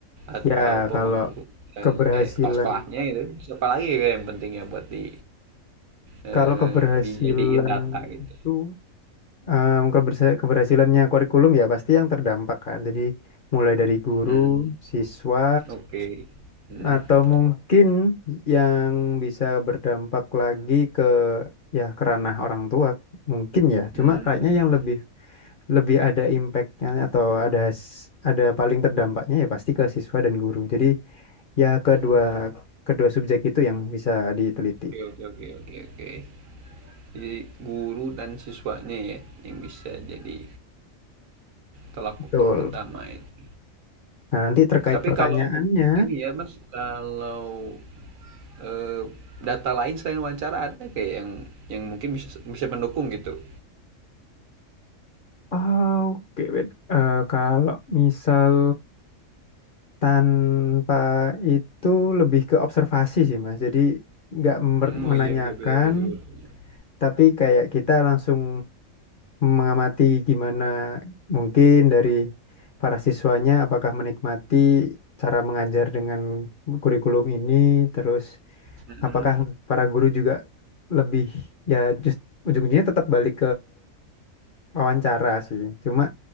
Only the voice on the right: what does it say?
atau
pemangku
eh,
eh, kepala sekolahnya gitu. Siapa lagi gitu yang pentingnya buat di eh,
dijadiin data gitu.
Hmm.
Oke. Hmm.
Hmm.
hmm,
Oke, oke, oke, oke, oke. Jadi guru dan siswanya ya yang bisa jadi tolak
ukur utama itu.
Tapi
kalau ini ya Mas, kalau eh, data lain selain wawancara ada kayak yang yang mungkin bisa bisa mendukung gitu.
Hmm, oh
iya iya betul betul. betul.
Mm-mm.